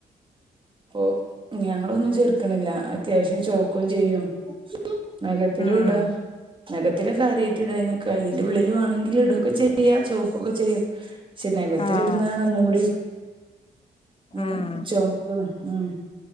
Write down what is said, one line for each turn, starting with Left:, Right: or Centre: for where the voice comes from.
Right: അപ്പൊ ഞങ്ങളൊന്നും ചേർക്കണില്ല അത്യാവശ്യം ചോക്കയും ചെയ്യും നഖത്തിലൂം
Left: ഉം
Right: ഇട നഖത്തിലെ കാര്യമായിട്ട് ഇടാഞ്ഞ ക അയിന്റെറെ ഉള്ളിൽ വണെങ്കിലൽ ഇടൊക്കെ ചെയ്യ ചോക്കുകൊക്കെ ചെയ്യും പക്ഷെ നഖത്തിൽ
Left: ആഹ്
Right: ഇടുന്നാണ് ഒന്നും കൂടി ഏ
Left: ഉം
Right: ചോ ഉം